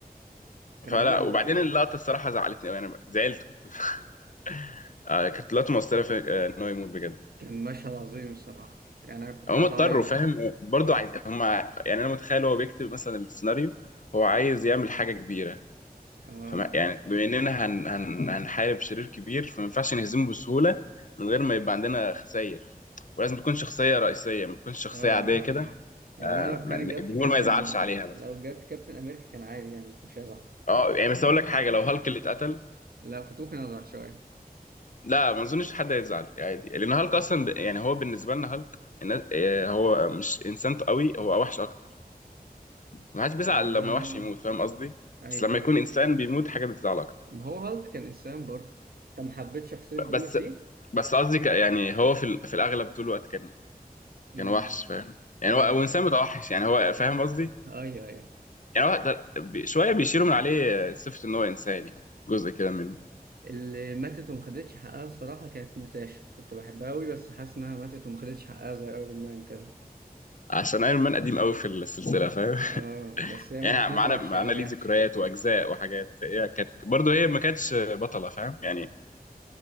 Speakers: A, on the right; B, on the left.
A: كان
B: فلا
A: ابوه
B: وبعدين اللقطه الصراحه زعلتني قوي انا زعلت كنت <laughs> آه، كانت لقطه مؤثره في آه، ان هو يموت بجد
A: كان مشهد عظيم الصراحة يعني أنا كنت
B: هم
A: عايز
B: اضطروا
A: أعيط
B: فاهم برضه عايز هم يعني انا متخيل هو بيكتب مثلا السيناريو هو عايز يعمل حاجه كبيره
A: آه
B: فما يعني بما اننا هن هن هنحارب شرير كبير فما ينفعش نهزمه بسهوله من غير ما يبقى عندنا خسائر ولازم تكون شخصيه رئيسيه ما تكونش شخصيه
A: آه آه
B: عاديه كده
A: آه. يعني
B: آه
A: هو لو
B: ما-
A: كانت
B: الجمهور
A: جت في كابتن
B: ما يزعلش عليها مثلا
A: لو جت في كابتن أمريكا كان عادي يعني ما كنتش هزعل
B: اه يعني بس اقول لك حاجه لو هالك اللي اتقتل
A: لا كنت ممكن أزعل شوية
B: لا ما اظنش حد هيزعل عادي لان هالك اصلا ب... يعني هو بالنسبه لنا هالك الناس- آه، هو مش انسان قوي هو وحش اكتر ما حدش بيزعل
A: والله
B: لما وحش يموت فاهم قصدي
A: أيوه
B: بس لما
A: أيوه
B: يكون انسان بيموت حاجه بتزعل اكتر
A: ما هو هالك كان إنسان برضه أنت ما حبيتش شخصية
B: ب-
A: بروس
B: بس
A: دي؟
B: بس قصدي ك- يعني هو في ال- في الاغلب طول الوقت كان
A: امم
B: كان وحش فاهم يعني
A: اللي
B: هو هو انسان متوحش يعني هو فاهم قصدي
A: أيوه أيوه
B: يعني هو ده- بي- شويه بيشيلوا من عليه صفه ان هو انسان يعني جزء كده منه
A: اللي ماتت وما خدتش حقها الصراحة كانت ناتاشا كنت بحبها أوي بس حاسس إنها ماتت وما خدتش حقها زي أيرون مان كده
B: عشان ايرون مان قديم قوي في السلسله فاهم <laughs>
A: آه بس هي
B: يعني
A: ماتت موتة
B: معانا
A: وحشة
B: معانا
A: أوي
B: ليه
A: يعني
B: ذكريات
A: <laughs>
B: واجزاء وحاجات هي كانت برضه هي ما كانتش بطله فاهم يعني